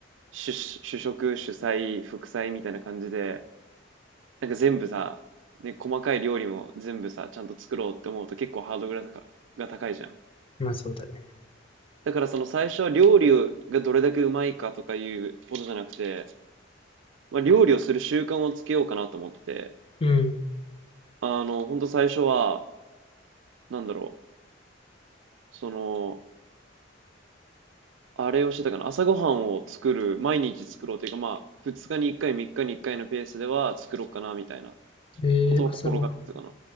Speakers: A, on the right (about 75°); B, on the left (about 30°).
A: 主、主食、主菜、副菜みたいな感じで、なんか全部さ、ね、細かい料理も全部さ、ちゃんと作ろうって思うと結構ハードルが高が高いじゃん。
B: まあそうだね。
A: だからその最初は料理をがどれだけうまいかとかいうことじゃなくて、まあ、料理をする習慣をつけようかなと思って、
B: うん。
A: あの、ほんと最初は、なんだろう、その、あれをしてたかな、朝ごはんを作る、毎日作ろうというか、まあ、2日に1回、3日に1回のペースでは作ろうかなみたいな
B: へえー、
A: ことを心がけてたかな。
B: 朝ごは